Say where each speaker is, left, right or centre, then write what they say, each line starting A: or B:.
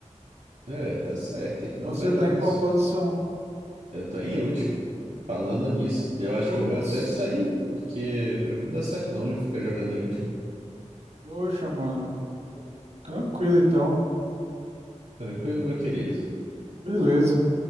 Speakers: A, on the right; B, on the right.
A: É, tá certo, tem que dar
B: Você
A: o melhor
B: tá
A: mesmo.
B: em qual posição?
A: Eu tô em último. Falando nisso, eu acho
B: Putz,
A: que eu vou até sair, porque pra mim não dá certo não ficar jogando em último.
B: poxa, mano. Tranquilo então.
A: Tranquilo, meu querido.
B: Beleza.